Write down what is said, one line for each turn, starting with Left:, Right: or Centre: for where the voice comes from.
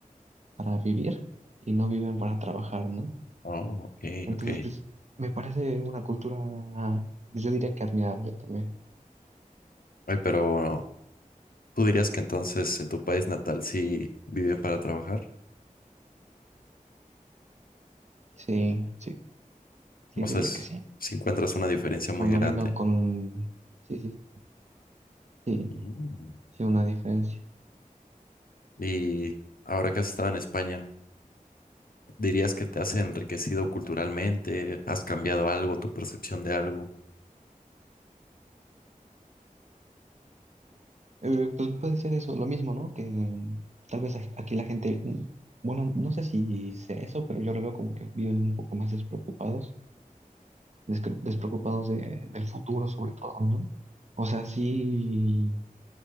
Right: para vivir y no viven para trabajar, ¿no?
Left: Oh, ok,
Right: Entonces,
Left: ok.
Right: pues, me parece una cultura, pues yo diría que admirable también.
Left: Ay, pero ¿tú dirías que entonces en tu país natal sí viven para trabajar?
Right: Sí, sí, sí,
Left: O
Right: diría
Left: sea, es-
Right: que sí.
Left: si encuentras una diferencia muy
Right: Bueno,
Left: grande.
Right: viendo con, sí, sí, sí,
Left: Mm.
Right: sí, una diferencia.
Left: Y ahora que has estado en España, ¿dirías que te has enriquecido culturalmente? ¿Has cambiado algo, tu percepción de algo?
Right: Eh, pues puede ser eso, lo mismo, ¿no? Que tal vez a- aquí la gente, mm, bueno, no sé si sea eso, pero yo lo veo como que viven un poco más despreocupados, descre- despreocupados de- del futuro sobre todo, ¿no? O sea, sí,